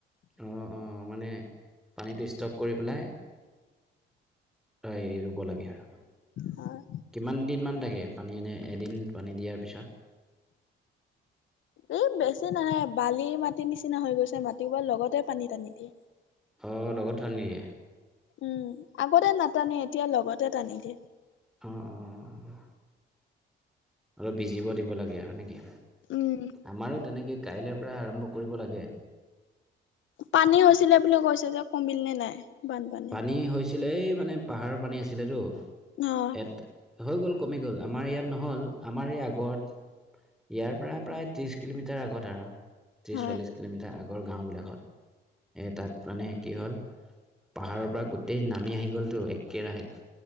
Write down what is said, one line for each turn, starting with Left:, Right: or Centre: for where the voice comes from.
Centre: অ অ মানে পানীটো ষ্টক কৰি পেলাই অ ৰুব লাগে আৰু
Left: হয়,
Centre: কিমান দিন মান থাকে পানী এনে এদিন পানী দিয়াৰ পিছত
Left: এই বেছি নাহে বালিৰ মাটি নিচিনা হৈ গৈছে মাটিবোৰ লগতে পানী টানি দিয়ে
Centre: অ লগতে টানি দিয়ে
Left: উম আগতে নাটানে এতিয়া লগতে টানি দিয়ে
Centre: অ', অ', অলপ ভিজিব দিব লাগে আৰু নেকি
Left: উম
Centre: আমাৰো তেনেকে কাইলৈ পৰা আৰম্ভ কৰিব লাগে
Left: পানী হৈছিলে বুলি কৈছে যে কমিল নে নাই বানপানী
Centre: পানী হৈছিলে, এহ মানে পাহাৰৰ পানী আছিলেটো
Left: অ
Centre: ইয়াত হৈ গল কমি গ'ল আমাৰ ইয়াত নহ'ল আমাৰ এই আগত ইয়াৰ পৰা প্ৰায় ত্ৰিশ কিলোমিটাৰ আগত আৰু ত্ৰিশ
Left: হয়
Centre: চল্লিশ কিলোমিটাৰ আগৰ গাঁওবিলাকত এ তাত মানে কি হ'ল পাহাৰৰ পৰা গোটেই নামি আহি গ'লটো একেৰাহে